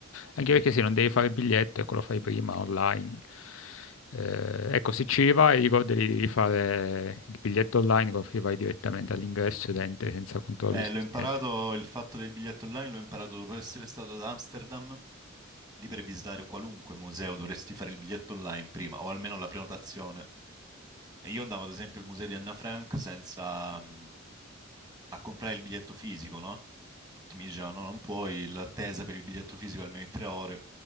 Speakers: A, on the left (about 80°); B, on the right (about 20°).
A: Anche perché sì, non devi fare il biglietto, ecco, lo fai prima online. Eh, ecco, se ci vai, ricordati di fare il biglietto online, così vai direttamente all'ingresso ed entri senza controlli,
B: Eh,
A: senza
B: l'ho imparato,
A: niente.
B: il fatto del biglietto online l'ho imparato dopo essere stato ad Amsterdam Lì per visitare qualunque museo dovresti fare il biglietto online prima, o almeno la prenotazione. E io andavo ad esempio al museo di Anna Frank senza mm, a comprare il biglietto fisico, no? Tutti mi dicevano, no, non puoi, l'attesa per il biglietto fisico è almeno di tre ore,